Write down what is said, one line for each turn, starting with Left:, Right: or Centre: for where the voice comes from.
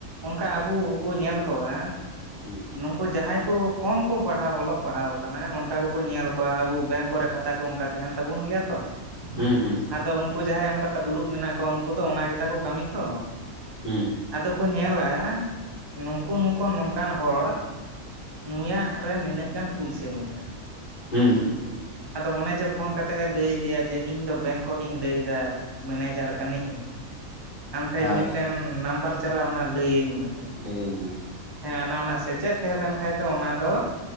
Right: ᱚᱱᱠᱟ ᱟᱵᱚ ᱠᱚ ᱧᱮᱞ ᱠᱚᱜᱼᱟᱼᱼ
Left: ᱦᱩᱸ
Right: ᱱᱩᱝᱠᱩ ᱡᱟᱦᱟᱸᱭᱼᱼ ᱠᱚᱢ ᱠᱚ ᱯᱟᱲᱦᱟᱣ ᱚᱞᱚᱜ ᱯᱟᱲᱦᱟᱣ ᱠᱟᱱᱟ ᱚᱱᱠᱟ ᱠᱚᱠᱚ ᱧᱮᱞ ᱠᱚᱣᱟ ᱟᱵᱚ ᱵᱮᱝᱠ ᱠᱚᱨᱮ ᱠᱷᱟᱛᱟ ᱠᱚ ᱚᱱᱠᱟᱼᱼ ᱛᱟᱦᱮᱱ ᱛᱟᱵᱚᱱ ᱜᱮᱭᱟ ᱛᱚ᱾
Left: ᱦᱩᱸ ᱦᱩᱸ᱾
Right: ᱟᱫᱚ ᱩᱱᱠᱩ ᱡᱟᱦᱟᱸᱭ ᱚᱱᱠᱟ ᱫᱩᱲᱩᱵ ᱢᱮᱱᱟᱜ ᱠᱚᱣᱟ ᱩᱱᱠᱩ ᱫᱚ ᱚᱱᱟ ᱜᱮᱛᱟ ᱠᱚ ᱠᱟᱹᱢᱤ ᱛᱚ᱾
Left: ᱦᱩᱸ᱾
Right: ᱟᱫᱚ ᱠᱚ ᱧᱮᱞᱟ ᱱᱩᱝᱠᱩ ᱱᱩᱝᱠᱩ ᱱᱚᱝᱠᱟᱱ ᱦᱚᱲᱼᱼ ᱱᱩᱭᱟᱜ ᱨᱮ ᱱᱤᱱᱟᱹᱜ ᱜᱟᱱ ᱯᱩᱭᱥᱟᱹ ᱢᱮᱱᱟᱜᱼᱟ᱾
Left: ᱦᱩᱸ ᱦᱩᱸ᱾
Right: ᱟᱫᱚ ᱚᱱᱮ ᱡᱮ ᱯᱷᱳᱱ ᱠᱟᱛᱮᱜ ᱮ ᱞᱟᱹᱭᱫᱮᱭᱟ ᱡᱮ ᱤᱧ ᱫᱚ ᱵᱮᱝᱠ ᱠᱷᱚᱡ ᱤᱧ ᱞᱟᱹᱭᱫᱟ ᱢᱮᱱᱮᱡᱟᱨ ᱠᱟᱹᱱᱟᱹᱧ? ᱟᱢ ᱴᱷᱮᱡ
Left: ᱦᱳᱭ
Right: ᱢᱤᱫᱴᱮᱱ ᱱᱟᱢᱵᱟᱨ ᱪᱟᱞᱟᱜᱼᱟ ᱚᱱᱟ ᱞᱟᱹᱭᱟᱹᱧ ᱢᱮ᱾
Left: ᱞᱟᱹᱭᱟᱹᱧ ᱢᱮ᱾
Right: ᱦᱮᱸ ᱚᱱᱟ ᱚᱱᱟ ᱥᱮᱪᱮᱫ ᱛᱟᱦᱮᱸ ᱞᱮᱱ ᱠᱷᱟᱱᱡ ᱫᱚ ᱚᱱᱟ ᱫᱚ